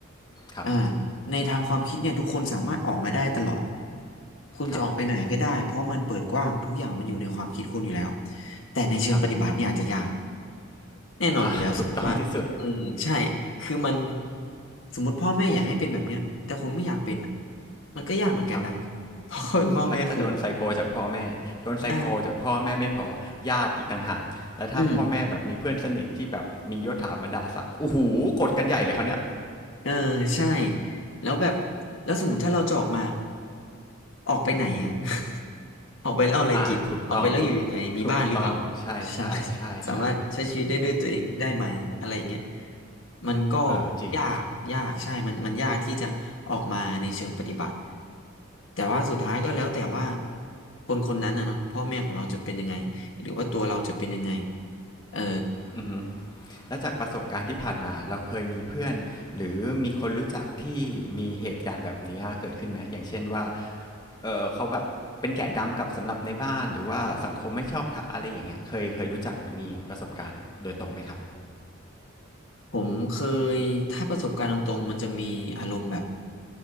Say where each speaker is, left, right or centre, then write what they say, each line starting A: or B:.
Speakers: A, on the left; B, on the left.
A: ครับ
B: อ่าในทางความคิดเนี่ยทุกคนสามารถออกมาได้ตลอดคุณจะออกไปไหนก็ได้เพราะมันเปิดกว้างทุกอย่างมันอยู่ในความคิดคุณอยู่แล้ว
A: ครับ
B: แต่ในเชิงปฏิบัติเนี่ยอาจจะยาก
A: ครับ
B: แน่นอนอยู่แล้วสมมติว่าอืมใช่คือมัน
A: อ่ะถูกต้องที่สุด
B: สมมติพ่อแม่อยากให้เป็นแบบเนี้ยแต่คุณไม่อยากเป็นอะมันก็ยากเหมือนกันนะ
A: ครับ
B: <laughs> เพราะเขาเป็นพ่อแม่คุณ
A: แล้วก็จะโดนไซโคจากพ่อแม่โดนไซโคจากพ่อแม่ไม่พอญาติอีกต่างหาก
B: อ่า
A: แล้วถ้าพ่อแม่แบบมีเพื่อนสนิทที่แบบมียศถาบรรดาศักดิ์โอ้โหกดกันใหญ่เลยเขาเนี้ย
B: อืม เออใช่แล้วแบบแล้วสมมติถ้าเราจะออกมาออกไปไหนอ่ะ <laughs> ออกไปแล้วเอาอะไรกินออกไปแล้วอยู่ยังไงมีบ้านหรือเปล่า
A: อ่ะถูกต้องถูกต้องใช่ใช่ใช่ใช่
B: สามารถ <laughs> สามารถใช้ชีวิตได้ด้วยตัวเองได้ไหมอะไรอย่างเงี้ยมันก็
A: เออจริง
B: ยากยากใช่มันมันยากที่จะออกมาในเชิงปฏิบัติแต่ว่าสุดท้ายก็แล้วแต่ว่าคนคนนั้นนะเนาะพ่อแม่ของเราจะเป็นยังไงหรือว่าตัวเราจะเป็นยังไงเออ
A: อือฮึแล้วจากประสบการณ์ที่ผ่านมาเราเคยมีเพื่อนหรือมีคนรู้จักที่มีเหตุการณ์แบบนี้เกิดขึ้นไหม อย่างเช่นว่าเออเขาแบบ เป็นแกะดำกับสำหรับในบ้าน หรือว่าสังคมไม่ชอบค่ะอะไรอย่างเงี้ยเคยเคยรู้จักหรือมีประสบการณ์โดยตรงไหมครับ
B: ผมเคยถ้าประสบการณ์ตรงๆมันจะมีอารมณ์แบบ